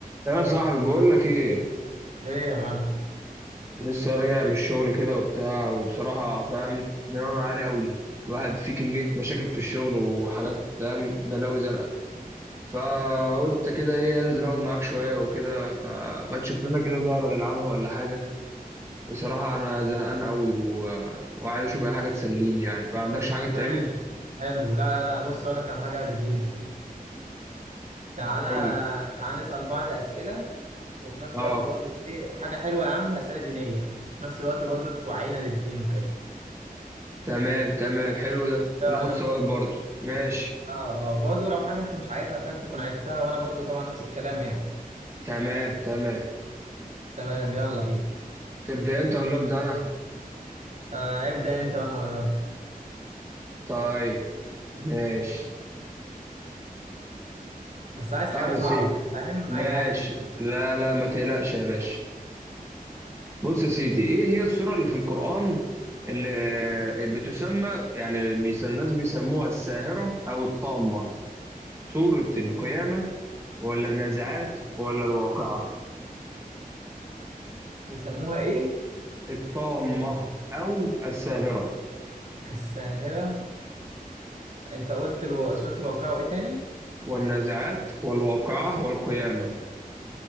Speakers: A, on the right (about 15°); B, on the right (about 50°).
A: يا صاحبي بقول لك ايه
B: ايه يا معلم
A: لسه راجع من الشغل كده وبتاع وبصراحه فاهم دماغي معاني قوي الواحد فيه كميه مشاكل في الشغل وحاجات فاهم بلاوي زرقاء فقلت كده ايه انزل اقعد معاك شويه وكده فما تشوف لنا كده لعبه نلعبها ولا حاجه بصراحه انا زهقان قوي و... وعايز اشوف اي حاجه تسليني يعني فعندكش
B: طب
A: حاجه
B: ماشي
A: تعمل
B: حلو لا لا لا بص اقول لك على حاجه جديده تعالى
A: قول لي
B: تعالى نسال بعض اسئله وفي نفس
A: اه
B: الوقت برضو ايه حاجه حلوه يا عم اسئله دينيه في نفس الوقت برضو توعينا للدين وكده
A: تمام تمام حلو ده
B: ايه
A: وناخد
B: رايك
A: ثواب برضه ماشي
B: اه اه برضو لو حاجه انت مش عارفها فاهم تكون عرفتها وانا برضو طبعا نفس الكلام يعني
A: تمام تمام
B: تمام يلا بينا
A: تبدا انت ولا ابدا انا
B: آه ابدا انت بقى المره دي
A: طيب ماشي
B: بس عايز
A: طيب
B: حاجه صعبه
A: يا سيدي
B: بقى، فاهم
A: ماشي
B: عايز حاجات جديده
A: لا لا ما تقلقش يا باشا بص يا سيدي ايه هي السورة اللي في القرآن اللي بتسمى يعني بيس- الناس بيسموها الساهرة أو الطامة سورة القيامة ولا النازعات ولا الواقعة
B: بيسموها ايه
A: الطامة أو الساهرة
B: الساهره انت قلت الو... سوره الواقعه وايه تاني
A: والنازعات والواقعة والقيامة